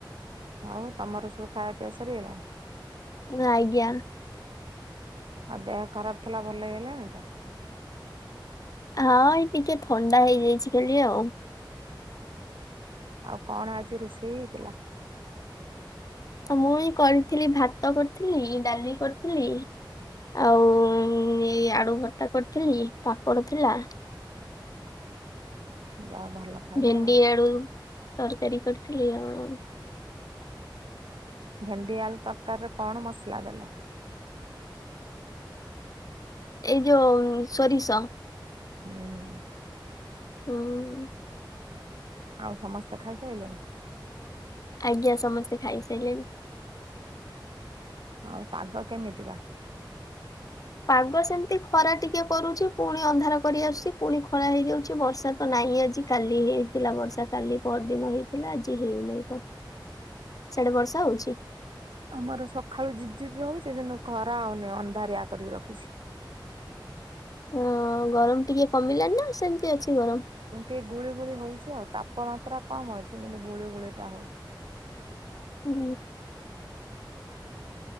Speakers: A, on the right; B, on the left.
A: ଆଉ ତମର ସବୁ ଖାଅପିଅ ସରିଗଲାଣି?
B: ଆଜ୍ଞା।
A: ଆଉ ଦେହ ଖରାପ ଥିଲା ଭଲ ହେଇଗଲାଣି ତ?
B: ହଁ ଏଇ ଟିକେ ଥଣ୍ଡା ହେଇଯାଇଛି ଖାଲି ଆଉ।
A: ଆଉ କଣ ଆଜି ରୋଷେଇ ହେଇଥିଲା?
B: ମୁଇଁଇ କରିଥିଲି ଭାତ କରିଥିଲି, ଡାଲି କରିଥିଲି ଆଉ ଏଇ ଆଳୁ ଭର୍ତା କରିଥିଲି, ପାମ୍ପଡ଼ ଥିଲା।
A: ଯା ଭଲ। ଖାଇବା
B: ଭେଣ୍ଡି
A: ଆଉ।
B: ଆଳୁ ତରକାରୀ କରିଥିଲି ଆଉ
A: ଭେଣ୍ଡି ଆଳୁ ତରକାରୀରେ କଣ ମସଲା ଦେଲ?
B: ଏଇ ଯୋଉ ସୋରିଷ।
A: ହୁଁ।
B: ହୁଁ।
A: ଆଉ ସମସ୍ତେ ଖାଇସାରିଲେଣି?
B: ଆଜ୍ଞା ସମସ୍ତେ ଖାଇସାରିଲେଣି।
A: ଆଉ ପାଗ କେମିତି ବା?
B: ପାଗ ସେମିତି ଖରା ଟିକେ କରୁଛି ପୁଣି ଅନ୍ଧାର କରି ଆସୁଛି ପୁଣି ଖରା ହେଇଯାଉଛି ବର୍ଷା ତ ନହିଁ ଆଜି କାଲି ହେଇଥିଲା ବର୍ଷା, କାଲି ପର ଦିନ ହେଇଥିଲା ଆଜି ହେଇନାହିଁ ତ। ସେଆଡେ ବର୍ଷା ହଉଛି?
A: ଆମର ସକାଳୁ ଝିପ ଝିପ ହଉଛି କିନ୍ତୁ ଖରା ଆଉନିଁ ଅନ୍ଧାରିଆ କରିକି ରଖିଛି।
B: ହଁ ଗରମ ଟିକେ କମିଲାନି ନା ସେମତି ଅଛି ଗରମ?
A: ଏମତି ଗୁଳି ଗୁଳି ହଉଛି ଆଉ ତାପମାତ୍ରା କମ ଅଛି କିନ୍ତୁ ଗୁଳି ଗୁଳିଟା ହଉଛି।
B: ହୁଁ।